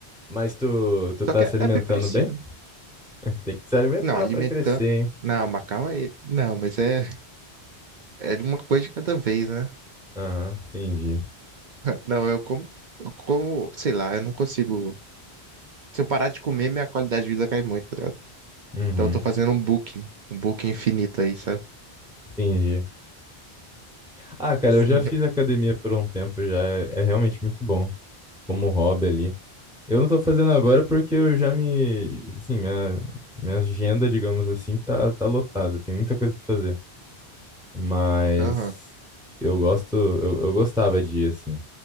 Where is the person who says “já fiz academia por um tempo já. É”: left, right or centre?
Centre